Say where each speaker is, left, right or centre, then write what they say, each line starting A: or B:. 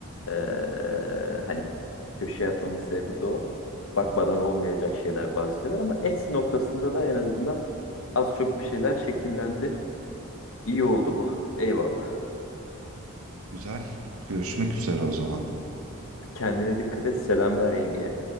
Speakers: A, on the left; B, on the right.
A: eee, hani köşe atmamın sebebi de o. Bakmadan olmayacak şeyler bazı şeyler ama Etsy noktasında da en azından az çok bir şeyler şekillendi. İyi oldu bu. Eyvallah.
B: Güzel. Görüşmek üzere o zaman.
A: Kendine dikkat et. Selamlar yengeye.